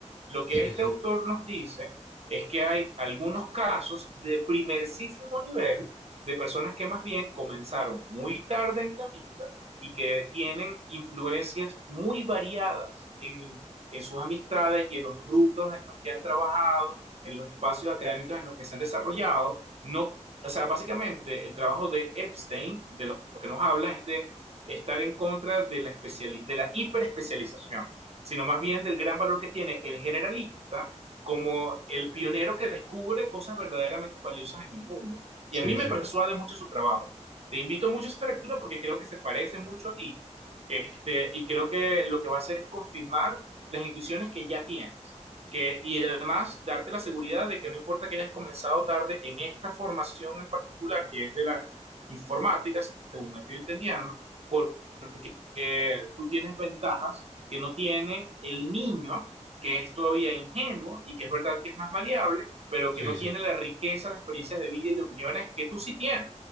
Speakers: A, on the right; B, on the left.
A: Lo que
B: sí,
A: este
B: sí,
A: autor nos dice es que hay algunos casos de primerísimo nivel de personas que más bien comenzaron muy tarde en la vida y que tienen influencias muy variadas en, en sus amistades y en los rubros en los que han trabajado, en los espacios académicos en los que se han desarrollado, no o sea, básicamente el trabajo de Epstein, de lo que nos habla, es de estar en contra de la, especiali de la hiperespecialización, sino más bien del gran valor que tiene el generalista como el pionero que descubre cosas verdaderamente valiosas en el mundo. Y
B: sí,
A: a mí me
B: sí,
A: persuade mucho su trabajo. Te invito mucho a esta lectura porque creo que se parece mucho a ti este, y creo que lo que va a hacer es confirmar las intuiciones que ya tienes que, y además darte la seguridad de que no importa que hayas comenzado tarde en esta formación en particular, que es de la informática, según me estoy entendiendo, por que tú tienes ventajas que no tiene el niño, que es todavía ingenuo y que es verdad que es más maleable, pero
B: sí,
A: que no
B: sí,
A: tiene la riqueza de experiencias de vida y de opiniones que tú sí tienes.